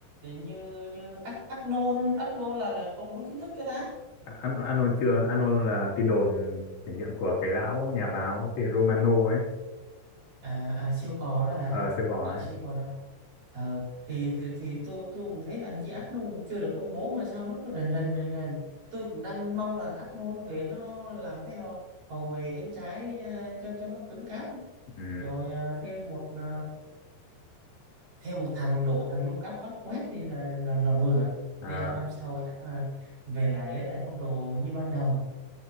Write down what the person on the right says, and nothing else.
như như Ác Ác Nôn Ác Nôn là là công bố chính thức cho ta
à, à siêu cò đó hả
lặn
siêu cò đó ờ thì thì, thì tôi tôi cũng thấy là như ác chưa được công bố mà sao nó cứ rần rần rần rần tôi cũng đang mong là ác nôn nó về nó làm cái hậu, hậu vệ cánh trái ờ, cho cho nó cứng cáp
rồi ờ, thêm một ờ, thêm một thằng đội thằng Lucas Vazquez đi là là là vừa
Real năm sau chắc là về lại lấy lại phong độ như ban đầu